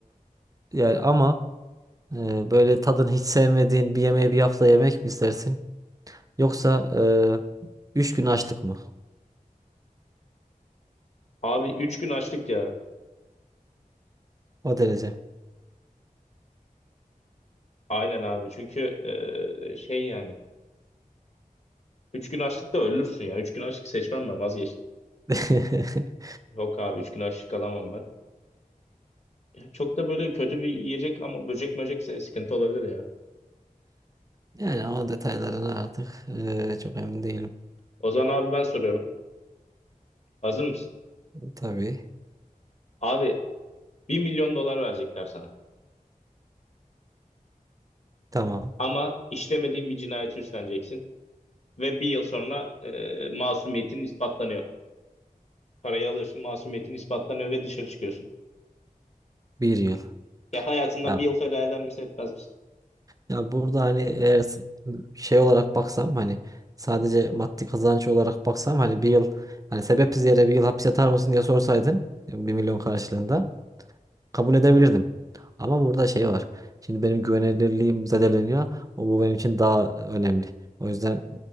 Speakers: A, on the right (about 25°); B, on the left (about 50°).
A: e, yani ama e, böyle tadını hiç sevmediğin bir yemeği bir hafta yemek mi istersin? Yoksa e, üç gün açlık mı?
B: Abi 3 gün açlık ya.
A: O derece.
B: Aynen abi. Çünkü e, şey yani. Üç gün açlıkta ölürsün ya. Üç gün açlık seçmem ben vazgeçtim.
A: <laughs>
B: Yok abi üç gün açlık alamam ben. Ee, çok da böyle kötü bir yiyecek ama böcek möcekse sıkıntı olabilir ya.
A: Yani o detaylarına artık e, çok emin değilim.
B: O zaman abi ben soruyorum. Hazır mısın?
A: Tabii.
B: Abi bir milyon dolar verecekler sana.
A: Tamam.
B: Ama işlemediğin bir cinayeti üstleneceksin. Ve bir yıl sonra e, masumiyetin ispatlanıyor. Parayı alıyorsun masumiyetin ispatlanıyor ve dışarı çıkıyorsun.
A: Bir yıl.
B: Ya hayatından
A: Tamam.
B: bir yıl feda eder misin etmez misin?
A: Ya burada hani eğer s- şey olarak baksam hani sadece maddi kazanç olarak baksam hani bir yıl hani sebepsiz yere bir yıl hapis yatar mısın diye sorsaydın e, bir milyon karşılığında kabul edebilirdim. Ama burada şey var. Şimdi benim güvenilirliğim zedeleniyor. O bu benim için daha önemli. O yüzden